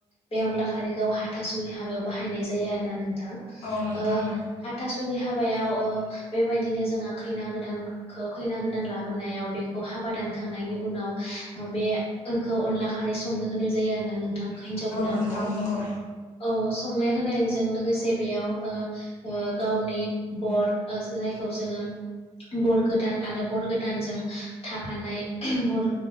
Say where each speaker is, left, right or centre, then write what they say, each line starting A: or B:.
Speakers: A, on the left; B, on the left.
A: बे अनला खारैखौ हाथासुनि हाबायाव बाहायनाय जायो आरो ना नोंथां।
B: औ नोंथां
A: ओ
B: नंगौ
A: हाथासुनि हाबायाव ओ बेबायदिनो जोंहा खैना गोदानखौ खैना गोदान लाबोनायाव बे खौ हाबा दानखांनायनि उनाव बेखौ अनला खारै संनो होनाय जायो आरोना नों थां हिनजाव
B: औ
A: गोदानखौ
B: नोंथां नंगौ
A: औ संनाय होनायजों लोगोसे जे बेयाव ओ ओ गावनि बर जायखौ जोङो बर गोदान आरो बर गोदानजों थाफानाय बर